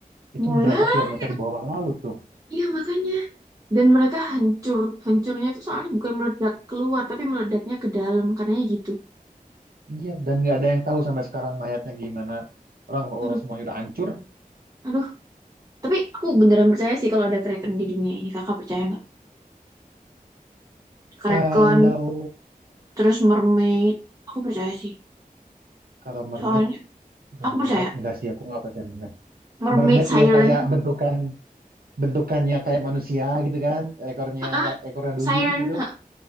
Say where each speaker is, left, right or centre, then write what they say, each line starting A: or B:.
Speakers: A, on the right (about 25°); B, on the right (about 80°).
A: mau
B: itu
A: lihat
B: berapa kilometer di bawah laut tuh
A: iya makanya dan mereka hancur hancurnya tuh soalnya bukan meledak keluar tapi meledaknya ke dalam katanya gitu
B: Iya, dan nggak ada yang tahu sampai sekarang mayatnya gimana. Orang
A: aduh
B: orang semuanya udah hancur.
A: aduh tapi aku beneran percaya sih kalau ada kraken di dunia ini kakak percaya nggak kraken
B: Kalau
A: terus mermaid aku percaya sih
B: kalau mermaid,
A: soalnya
B: mermaid
A: aku percaya
B: enggak sih aku nggak percaya mermaid.
A: mermaid
B: Mermaid
A: siren
B: yang kayak
A: itu
B: bentukan bentukannya kayak manusia gitu kan, ekornya nggak
A: ah
B: ekornya duyung
A: siren
B: gitu.
A: ha